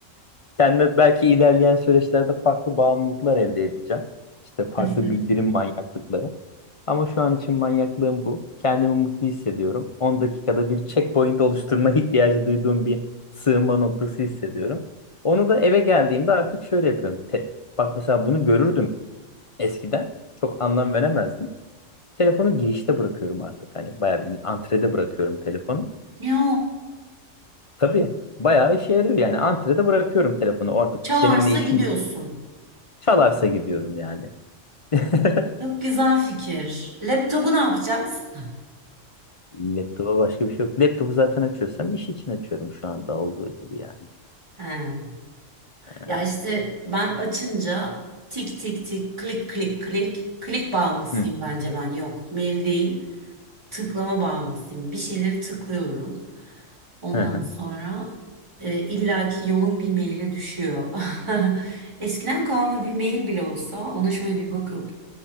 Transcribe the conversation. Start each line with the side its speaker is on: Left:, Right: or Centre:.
Left: Kendime belki ilerleyen süreçlerde farklı bağımlılıklar elde edeceğim. İşte farklı
Right: <laughs>
Left: bildirim manyaklıkları. Ama şu an için manyaklığım bu. Kendimi mutlu hissediyorum. 10 dakikada bir checkpoint oluşturma <laughs> ihtiyacı duyduğum bir sığınma noktası hissediyorum. Onu da eve geldiğimde artık şöyle yapıyorum. Te- bak mesela bunu görürdüm eskiden. Çok anlam veremezdim. Telefonu girişte bırakıyorum artık. Hani bayağı bir antrede bırakıyorum telefonu.
Right: Ya.
Left: Tabii bayağı işe yarıyor yani. Antrede bırakıyorum telefonu artık
Right: Çalarsa
Left: bu seninle işim
Right: gidiyorsun.
Left: yok. Çalarsa gidiyorum yani. <laughs>
Right: Çok güzel fikir. Laptopu ne yapacağız?
Left: Laptopa başka bir şey yok. Laptopu zaten açıyorsam iş için açıyorum şu anda olduğu gibi yani.
Right: <laughs> He.
Left: Ee,
Right: Ya işte ben açınca tik tik tik, klik klik klik, klik bağımlısıyım
Left: Hı hı
Right: bence ben. Yok, mail değil, tıklama bağımlısıyım. Bir şeyleri tıklıyorum. Ondan
Left: hı hı.
Right: sonra e, illaki yolun bir maile düşüyor. <laughs> Eskiden kalma bir mail bile olsa ona şöyle bir bakıp